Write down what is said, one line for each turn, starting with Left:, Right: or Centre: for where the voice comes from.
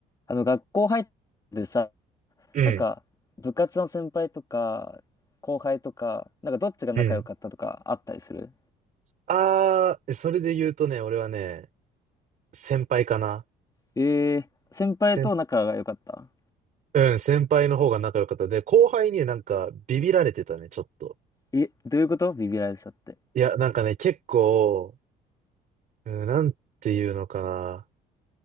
Left: あの、学校入ってさ、
Right: うん、
Left: なんか、部活の先輩とか、後輩とか、なんかどっちが仲良かったとかあったりする
Right: うん。あー、それで言うとね、俺はね、先輩かな。
Left: ええー、先輩と仲が良かった
Right: 先、うん、先輩の方が仲良かった。で、後輩にねなんかビビられてたね、ちょっと。
Left: え、どういうことビビられてたって。
Right: いや、なんかね、結構、うん、なんていうのかな。